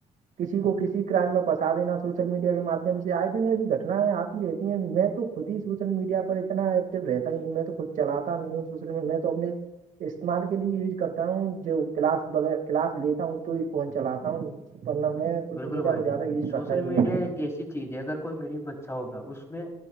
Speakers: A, on the right (about 65°); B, on the left (about 20°).
A: کسی کو کسی کرائم میں پنسا دینا سوشل میڈیا کے مادھیم سے آئے دنے ایسی گٹنائیں آتی رہتی ہیں میں تو خود ہی سوشل میڈیا پر اتنا ایکٹو رہتا ہی نہیں میں تو خود چلات نہیں ہوں سوشل می میں تو اپنے استعمال کے لیے یوز کرتا ہوں جو کلاسغیر کلاس لیتا ہوں تو ہی فون چلاتا ہوں پنام میں سوشل
B: بالکل
A: میڈیا
B: بھائی
A: کو زیادہ
B: جان
A: یوز
B: سوشل
A: کرتا ہی نہیں
B: میڈیا
A: ہوں جناب
B: ایک ایسی چیز ہے اگر کوئی غریب بچہ ہوگا اس میں